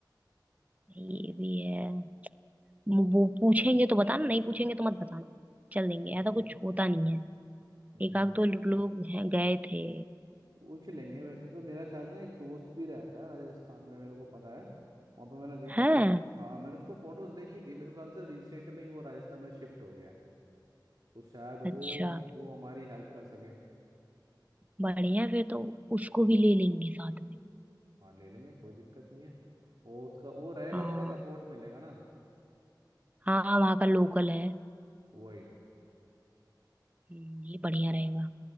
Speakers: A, on the right; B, on the right.
A: ये भी है वो वो पूछेंगे तो बताना नहीं पूछेंगे तो मत बताना चल देंगे
B: मैं
A: ऐसा
B: तो
A: कुछ होता नहीं है
B: हम्म
A: एक आध दो लोग हैं गए थे
B: पूछ लेंगे वैसे तो मेरा शायद ना एक दोस्त भी रहता है राजस्थान में मेरे को पता है वहाँ पे मैंने देखा
A: हैं
B: था हाँ मैंने उसको फोटोज देखी थी मेरे ख्याल से रिसेंट में ही वो राजस्थान में शिफ्ट हो गया है तो शायद वो
A: अच्छा
B: वो हमारी हेल्प कर सके
A: बढ़िया फिर तो उसको भी ले लेंगे साथ में
B: हाँ ले लेंगे कोई दिक्कत नहीं है वो उसका वो रहेगा
A: हाँ
B: थोड़ा सपोर्ट मिलेगा ना
A: हाँ वहाँ का लोकल है
B: वही
A: हम्म, ये बढ़िया रहेगा